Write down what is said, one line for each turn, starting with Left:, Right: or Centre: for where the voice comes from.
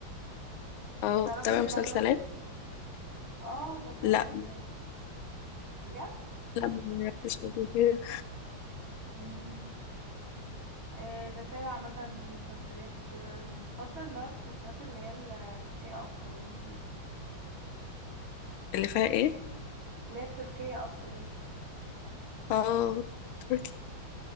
Left: اه
Right: بتعرفي
Left: بتابعي
Right: تلعبي
Left: مسلسلات؟
Right: بابجي؟ اه بتعمل
Left: لا
Right: مسلسلات بجد؟
Left: لا ما بتابعش قبل كده
Right: <laughs> آه، بتابع مثلا مسلسلات وكده بفضل اللي هو المسلسلات اللي هي التركية أكتر وانتي
Left: اللي فيها ايه؟
Right: اللي هي التركية أكتر
Left: اه تركي